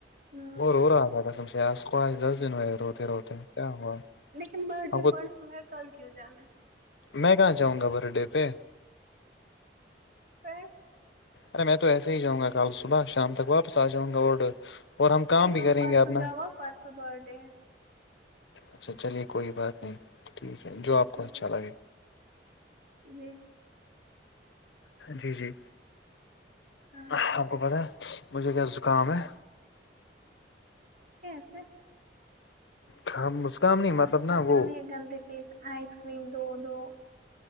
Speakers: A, on the right (about 45°); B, on the left (about 80°).
A: ہم
B: وہ رو رہا تھا کسم سے اس کو آج دس دن ہوے روتے روتے کیا ہوا
A: لیکن برتھ ڈے
B: آپ کو
A: پرسو ہے کل کیوں جانا ہے
B: میں کہاں چاہوں گا برتھ ڈے پہ
A: پ
B: ارے میں تو ایسے ہی جؤں گا کل صبح شام تک واپس آ جاؤں گا اور اور ہم
A: نہیں
B: کام بھی
A: تم
B: کریں
A: پرسوں
B: گے اپنا
A: جاؤ پرسوں بر ڈے
B: اچھا چلیے کوئی بات نہیں ٹھیک ہے جو آپ کو اچھا
A: جی
B: لگے
A: جی
B: جی جی
A: ہاں
B: آپ
A: جی
B: کو پتہ ہے مجھے کیا زکام ہے
A: کیسے
B: کھا مسکام نہیں مطلب
A: آب خاتے
B: نا وہ
A: ہوہ گندی چیز آئس کریم دو دو